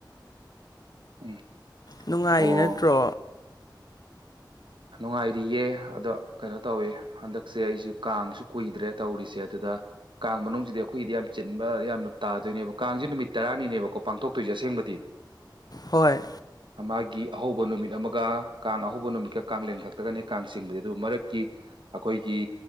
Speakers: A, on the right (about 90°); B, on the left (about 55°).
A: ꯎꯝ
B: ꯅꯨꯡꯉꯥꯏꯔꯤ
A: ꯑꯣ
B: ꯅꯠꯇ꯭ꯔꯣ
A: ꯅꯨꯡꯉꯥꯏꯔꯤꯌꯦ ꯑꯗꫭ ꯀꯩꯅꯣ ꯇꯧꯋꯦ ꯍꯟꯗꯛꯁꯦ ꯑꯩꯁꯦ ꯀꯥꯡꯁꯨ ꯀꯨꯏꯗ꯭ꯔꯦ ꯇꯧꯔꯤꯁꯦ ꯑꯗꯨꯗ ꯀꯥꯡ ꯃꯅꯨꯡꯁꯤꯗꯤ ꯑꯩꯈꯣꯏꯒꯤꯗꯤ ꯌꯥꯝ ꯆꯤꯟꯕ ꯌꯥꯝꯅ ꯇꯥꯗꯣꯏꯅꯦꯕ ꯀꯥꯡꯁꯦ ꯅꯨꯃꯤꯠ ꯇꯔꯥꯅꯤꯅꯦꯕꯀꯣ ꯄꯥꯡꯊꯣꯛꯇꯣꯏꯁꯦ ꯑꯁꯦꯡꯕꯗꯤ
B: ꯍꯣꯏ
A: ꯃꯥꯒꯤ ꯑꯍꯧꯕ ꯅꯨꯃꯤꯠ ꯑꯃꯒ ꯀꯥꯡ ꯑꯍꯧꯕ ꯅꯨꯃꯤꯠꯀ ꯀꯥꯡꯂꯦꯟ ꯈꯛꯇꯒꯅꯦ ꯀꯥꯡ ꯆꯤꯡꯕꯗꯤ ꯑꯗꯨ ꯃꯔꯛꯀꯤ ꯑꯩꯈꯣꯏꯒꯤ